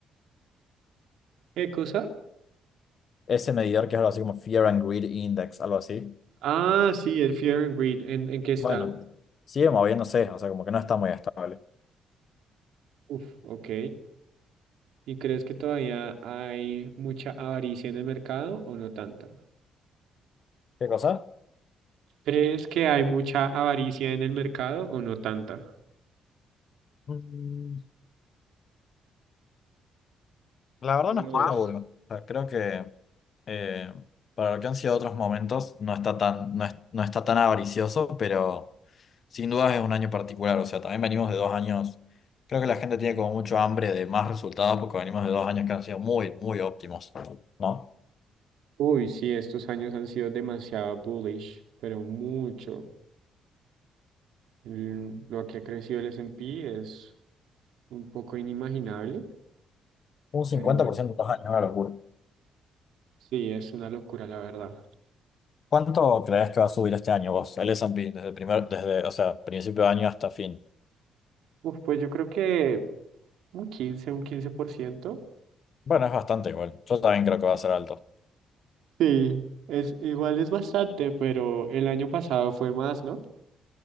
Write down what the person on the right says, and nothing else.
¿Qué cosa?
Ah, sí, el Fear and Greed. ¿En, en qué está?
Uf, ok. ¿Y crees que todavía hay mucha avaricia en el mercado o no tanta?
¿Crees que hay mucha avaricia en el mercado o no tanta?
¿Cómo
lo
ves?
Uy, sí, estos años han sido demasiado bullish, pero mucho. Mm, Lo que ha crecido el S and P es un poco inimaginable,
pero bueno,
sí, es una locura, la verdad.
Uf, pues yo creo que un quince, un quince por ciento,
Sí, es, igual es bastante, pero el año pasado fue más, ¿no?